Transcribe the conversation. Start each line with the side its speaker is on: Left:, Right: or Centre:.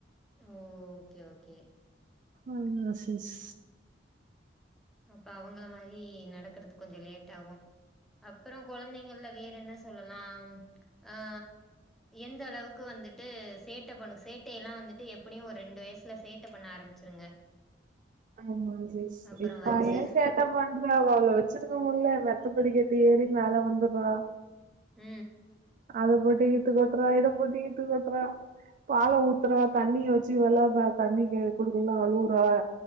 Centre: ஓ ஓகே ஓகே
Right: ஆ ஆ சிஷ்
Centre: அப்ப அவங்கள மாரி நடக்கறது கொஞ்சோ லேட்ஆவு அப்பறோ கொழந்தைங்கள்ல வேற என்ன சொல்லலா அ எந்த அளவுக்கு வந்துட்டு சேட்ட பண்ணு சேட்டைனா வந்துட்டு எப்படியு ஒரு ரெண்டு வயசுல சேட்டை பண்ண ஆரம்பிச்சிருங்க
Right: ஆமா சரி சரி
Centre: அப்பறோ வச்சு
Right: பையன் சேட்டா பண்றா அவ்வ வச்சிருக்க முடில த்த படிக்கட்டு ஏறி மேல வந்துரா
Centre: உ
Right: அத போட்டு இத்து கொட்டுறா இத போட்டு இத்து கொட்டுறா பால ஊத்துறா தண்ணிய வச்சு விளாட்றா தண்ணிக்கு குடுக்கலான அழுவுறா